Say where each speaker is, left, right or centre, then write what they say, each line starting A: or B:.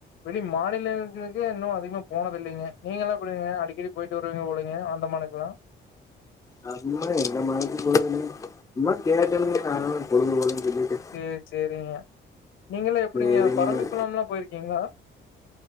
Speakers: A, on the left; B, on the left.
A: வெளி மாநிலங்களுக்கே இன்னு அதிகமா போனதில்லைங்க நீங்கலா எப்டிங்க அடிக்கடி போயிட்டு வருவீங்க போலைங்க அந்தமானுக் குலா
B: நம்ப எந்த மலைக்கு போரதில்லைங்க சும்மா கேட்டேனுங்க சாய்ந்தர பொழுது போகலன் சொல்லீட்டு
A: சேர் சேரிங்க நீங்கள எப்டிங்க
B: சரிங்க
A: பரமிக்குளம்
B: நீங்க
A: லா போயிருக்கிங்ளா